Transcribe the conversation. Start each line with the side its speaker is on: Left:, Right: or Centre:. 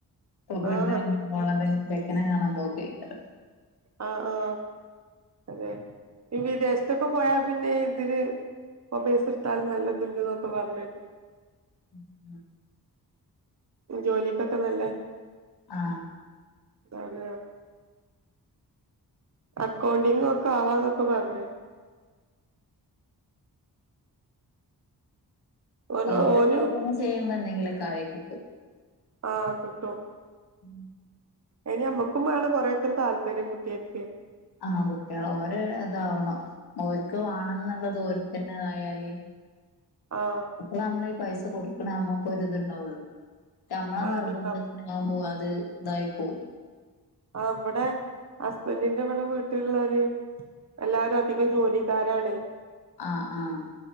Left: ഇപ്പൊ പെണ്ണു
Right: ആഹ്
Left: കാണാൻ
Right: അതന്നെ
Left: പോണത് ഇനി ചെക്കനെ കാണാൻ പോക്കായിക്കാരം
Right: ആഹ് ആഹ് അതെ ഈ വിദേശത്തൊക്കെ പോയാൽ പിന്നെ ഇതില് പ്പ പൈസ എടുത്താലും നല്ലത്ണ്ട് പറഞ്ഞു ഇപ്പ പറഞ്കേട്ട്
Left: ഉം ഉം
Right: ജോലിക്കൊക്കെ നല്ല
Left: ആഹ്
Right: അതെയോ അക്കൗണ്ടിങ്ങ് ഒക്കെ ആവാന്നൊക്കെ പറഞ്ഞാരുന്നു ഓന്
Left: ഓരോ
Right: ഓന്
Left: സ്ഥലത്തുനും ചെയ്യുമ്പോ എന്തെങ്കിലുംക്കെ ആയി കിട്ടും
Right: ആഹ് ക് ട്ടും
Left: ഉം
Right: ഇനി അമ്മക്കും വേണം കൊറെയൊക്കെ ഒര് താല്പര്യം കുട്ടിയക്കെ
Left: ആഹ് കുട്ടികള് ഓര് ഇതാവണം ഓര്ക്ക് വേണംന്ന്ള്ളത് ഓര്ക്ക് തന്നെ ഇതായല്
Right: ആഹ്
Left: അപ്പളാ നമ്മളീ പൈസ കൊടുക്കണ ഞമ്മക്ക് ഒര് ഇത്ണ്ടാവൊള്ളു ഞമ്മളെ
Right: ആഹ്
Left: നിർബന്ധത്തിനാമ്പോ
Right: അത്ണ്ടാവും
Left: അത് ഇതായി പോവും
Right: ആ ഇബടെ ടഹസ്ബന്റിന്റെ ഇവ്ടെ വീട്ടിലുള്ളര് എല്ലാരും അധികം ജോലി ക്കാരാണെ
Left: ആഹ് ആഹ്